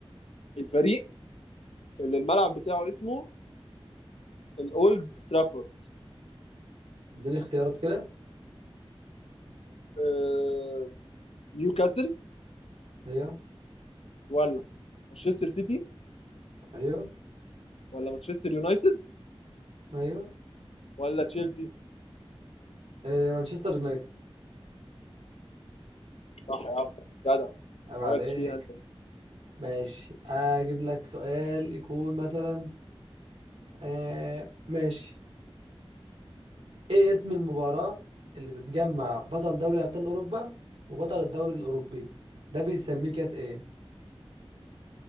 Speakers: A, on the left (about 85°); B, on the right (about 85°).
A: الفريق اللي الملعب بتاعه اسمه الاولد ترافورد
B: اديني اختيارات كده
A: آه... نيوكاسل
B: ايوه
A: ولا مانشستر سيتي
B: ايوه
A: ولا مانشستر يونايتد
B: ايوه
A: ولا تشيلسي
B: آه... مانشستر يونايتد
A: صح يا عم جدع
B: عيب عليك
A: ما وقعتش فيها انت
B: ماشي اجيب لك سؤال يكون مثلا آه ماشي ايه اسم المباراة اللي بتجمع بطل دوري ابطال اوروبا وبطل الدوري الاوروبي ده بيتسميه كاس ايه